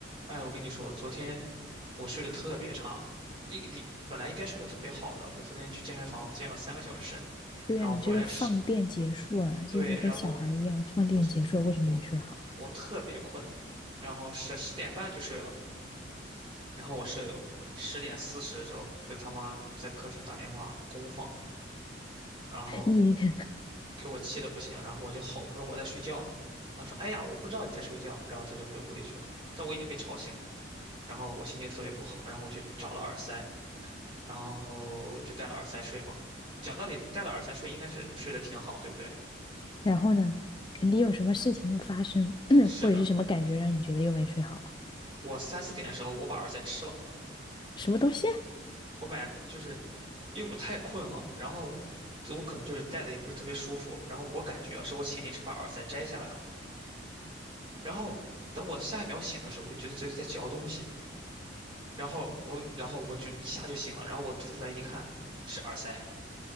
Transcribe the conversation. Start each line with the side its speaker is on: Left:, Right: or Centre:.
Right: 哎，我跟你说，昨天我睡得特别差，一你本来应该睡得特别好的，我昨天去健身房健了三个小时身，
Left: 对呀、
Right: 然后回来十，
Left: 你这都放电结束了，
Right: 对，
Left: 就是跟小孩儿一样，
Right: 然后
Left: 放电结束了为什么没睡好？
Right: 我我我特别困，然后十十点半就睡了，然后我舍友十点四十的时候跟他妈在客厅打电话公放，然后
Left: 你 <laughs>
Right: 给我气得不行，然后我就吼，我说我在睡觉呢，他说哎呀我不知道你在睡觉，然后他就回屋里去了，但我已经被吵醒了然后我心情特别不好，然后我去找了耳塞。然后就带了耳塞睡嘛。讲道理，带了耳塞睡应该是睡得挺好，对不对？
Left: 然后呢，肯定有什么事情发生，<clears throat>
Right: 是的，
Left: 或者是什么感觉让你觉得又没睡好？
Right: 我三四点的时候我把耳塞吃了，
Left: 什么东西啊？
Right: 我买就是因为我太困了，然后我可能就是戴的也不是特别舒服，然后我感觉啊是我潜意识把耳塞摘下来了，然后等我下一秒醒的时候，我就觉得嘴里在嚼东西，然后我然后我就一下就醒了，然后我吐出来一看是耳塞，